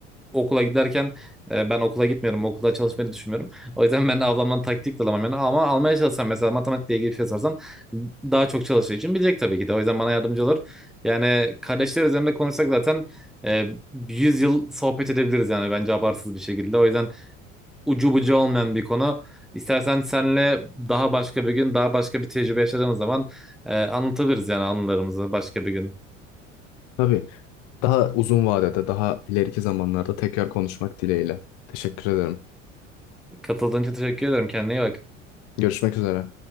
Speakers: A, in the centre; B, on the left (about 45°).
A: okula giderken e, ben okula gitmiyorum. Okula çalışmayı düşünmüyorum. O yüzden ben de ablamdan taktik de alamam yani. Ama almaya çalışsam mesela matematikle ilgili bir şey sorsam daha çok çalıştığı için bilecek tabii ki de. O yüzden bana yardımcı olur. Yani kardeşler üzerinde konuşsak zaten e, 100 yıl sohbet edebiliriz yani bence abartsız bir şekilde. O yüzden ucu bucu olmayan bir konu. İstersen senle daha başka bir gün, daha başka bir tecrübe yaşadığımız zaman e, anlatabiliriz yani anılarımızı başka bir gün.
B: Tabii daha uzun vadede, daha ileriki zamanlarda tekrar konuşmak dileğiyle. Teşekkür ederim.
A: Katıldığın için teşekkür ederim. Kendine iyi bak.
B: Görüşmek üzere.